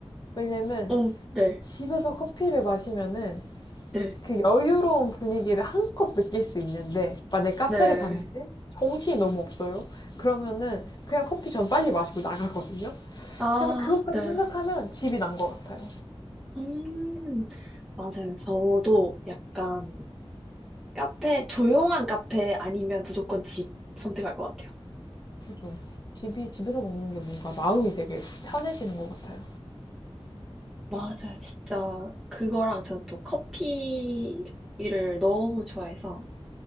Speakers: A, on the left (about 45°); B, in the centre.
A: 왜냐면
B: 어, 네,
A: 집에서 커피를 마시면은
B: 네,
A: 그 여유로운 분위기를 한껏 느낄 수 있는데 만약에 카페를
B: 네.
A: 갔는데 정신이 너무 없어요. 그러면은 그냥 커피 전 빨리 마시고 나가거든요.
B: 아,
A: 그래서 그것까지
B: 네.
A: 생각하면 집이 난 것 같아요.
B: 음, 맞아요. 저도 약간 카페, 조용한 카페 아니면 무조건 집 선택할 것 같아요.
A: 좀 집이 집에서 먹는 게 뭔가 마음이 되게 편해지는 것 같아요.
B: 맞아요. 진짜 그거랑 저는 또 커피를 너무 좋아해서